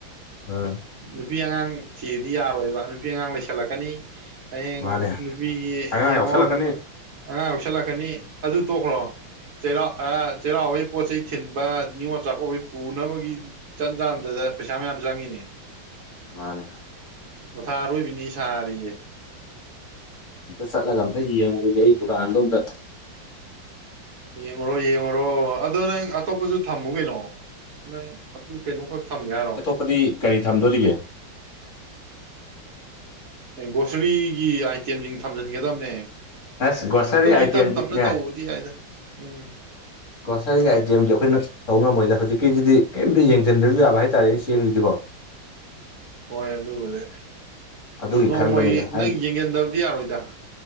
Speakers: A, on the left (about 40°); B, on the right (about 45°).
A: ꯑ
B: ꯅꯨꯄꯤ ꯑꯉꯥꯡ ꯊꯤꯔꯗꯤ ꯌꯥꯔꯣꯏꯕ ꯅꯨꯄꯤ ꯑꯉꯥꯡ ꯂꯩꯁꯜꯂꯛꯀꯅꯤ ꯍꯌꯦꯡ
A: ꯃꯥꯅꯦ
B: ꯅꯨꯄꯤꯒꯤ
A: ꯑꯉꯥꯡ
B: ꯌꯦꯡꯉꯣ
A: ꯌꯥꯎꯁꯜꯂꯛꯀꯅꯤ
B: ꯑꯉꯥꯡ ꯌꯥꯎꯁꯜꯂꯛꯀꯅꯤ ꯑꯗꯨ ꯇꯣꯛꯈ꯭ꯔꯣ ꯆꯩꯔꯥꯎ ꯑ ꯆꯩꯔꯥꯎꯕꯩ ꯄꯣꯠ ꯆꯩ ꯊꯤꯟꯕ ꯅꯤꯉꯣꯜ ꯆꯥꯛꯀꯧꯕꯩ ꯄꯨꯅꯕꯒꯤ ꯆꯟ ꯆꯥꯟꯗꯗ ꯄꯩꯁꯥ ꯃꯌꯥꯝ ꯆꯪꯉꯤꯅꯦ
A: ꯃꯥꯅꯦ
B: ꯃꯣꯊꯥ ꯑꯔꯣꯏꯕꯤꯅꯤ ꯁꯥꯔꯤꯖꯦ
A: ꯑꯝꯇ ꯆꯠꯂꯒ ꯑꯝꯇ ꯌꯦꯡꯉꯨꯨꯒꯤꯒꯦ ꯑꯩ ꯗꯨꯀꯥꯟꯗꯣ ꯑꯝꯇ
B: ꯌꯦꯡꯉꯨꯔꯣ ꯌꯦꯡꯉꯨꯔꯣ ꯑꯗꯣ ꯅꯪ ꯑꯇꯣꯞꯄꯖꯨ ꯊꯝꯃꯨ ꯀꯩꯅꯣ ꯅꯪ ꯑꯗꯨ ꯀꯩꯅꯣꯈꯛ ꯊꯝꯒꯦ ꯍꯥꯏꯔꯣ
A: <unintelligible> ꯗꯤ ꯀꯔꯤ ꯊꯝꯗꯣꯔꯤꯒꯦ
B: ꯑꯦ ꯒ꯭ꯔꯣꯁꯔꯤꯒꯤ ꯑꯥꯏꯇꯦꯝꯖꯤꯡ ꯊꯝꯖꯟꯒꯗꯝꯅꯦ
A: ꯑꯁ ꯒ꯭ꯔꯣꯁꯔꯤ
B: ꯑꯗꯨꯕꯨꯗꯤ
A: ꯑꯥꯏꯇꯦꯝꯗꯤꯅꯦ
B: ꯇꯝ ꯇꯝꯅ ꯇꯧꯕꯗꯤ ꯌꯥꯏꯗ ꯎꯝ
A: ꯒ꯭ꯔꯣꯁꯔꯤꯒꯤ ꯑꯥꯏꯇꯦꯝꯖꯦ ꯑꯩꯈꯣꯏꯅ ꯇꯧꯕ ꯉꯥꯝꯃꯣꯏꯗ ꯍꯧꯖꯤꯛꯀꯤꯁꯤꯗꯤ ꯀꯔꯤꯝꯇ ꯌꯦꯡꯁꯤꯟꯗ꯭ꯔꯁꯨ ꯌꯥꯕ ꯍꯥꯏꯇꯥꯔꯦꯅꯦ ꯆꯦꯡꯁꯤꯗꯤꯀꯣ
B: ꯍꯣꯏ ꯑꯗꯨꯕꯨꯗꯤ
A: ꯑꯗꯨꯒꯤ
B: ꯅꯣꯡꯃꯒꯤ
A: ꯈꯟꯕꯅꯤꯗ ꯍꯥꯏꯕꯗꯤ
B: ꯅꯪ ꯌꯦꯡꯖꯟꯗꯕꯗꯤ ꯌꯥꯔꯣꯏꯗ